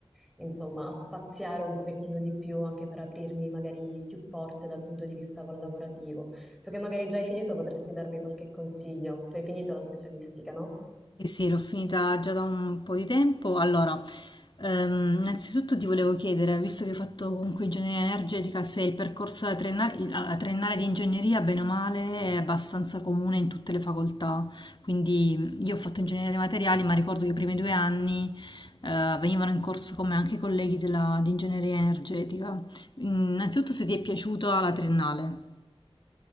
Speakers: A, in the centre; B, on the left.
A: insomma, spaziare un pochettino di più anche per aprirmi magari più porte dal punto di vista lavorativo. Tu che magari già hai finito, potresti darmi qualche consiglio. Tu hai finito la specialistica, no?
B: Sì, sì, l'ho finita già da un po' di tempo. Allora, ehm, innanzitutto ti volevo chiedere, visto che hai fatto comunque ingegneria energetica, se il percorso alla triennale, alla triennale di ingegneria, bene o male, è abbastanza comune in tutte le facoltà. Quindi io ho fatto ingegneria dei materiali, ma ricordo che i primi due anni, eh, venivano in corso con me anche i colleghi della- di ingegneria energetica. Innanzitutto se ti è piaciuta la triennale.